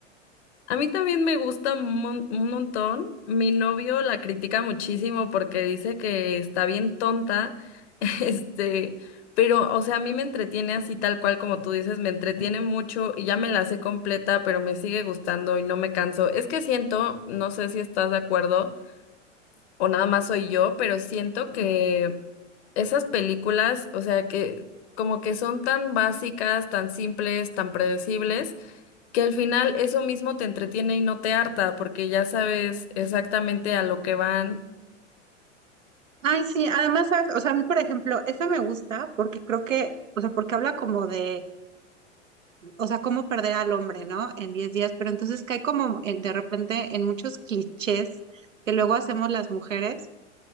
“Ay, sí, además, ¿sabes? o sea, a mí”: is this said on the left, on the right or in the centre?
Right